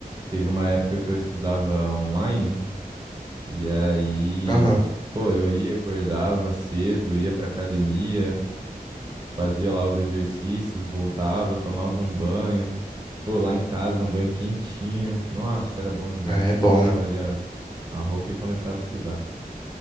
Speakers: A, on the right; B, on the left.
A: Teve uma época que eu estudava online. E aí.
B: aham.
A: Pô, eu ia, acordava cedo, ia pra academia. Fazia lá os exercícios, voltava, tomava um banho. Ou lá em casa, é um banho quentinho. Nossa, era bom demais.
B: É, é
A: Colocava
B: bom, né?
A: ali a, a roupa e começava a estudar.